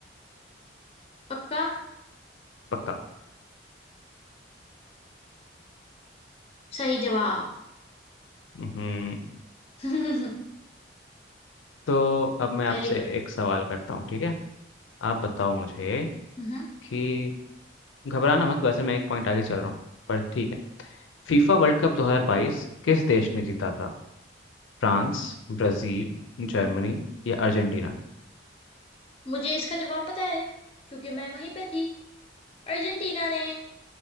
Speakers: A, on the left; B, on the left.
A: पक्का
B: पक्का
A: सही जवाब
B: हम्म
A: <laughs>
B: तो अब मैं आपसे
A: Very good
B: एक सवाल करता हूँ ठीक है आप बताओ मुझे
A: हम्म
B: कि घबराना मत वैसे मैं एक पॉइंट आगे चल रहा हूँ पर ठीक है फीफा वर्ल्ड कप 2022 किस देश ने जीता था फ्रांस ब्राजील जर्मनी या अर्जेंटीना
A: मुझे इसका जवाब पता है क्योंकि मैं वहीं पे थी अर्जेंटीना ने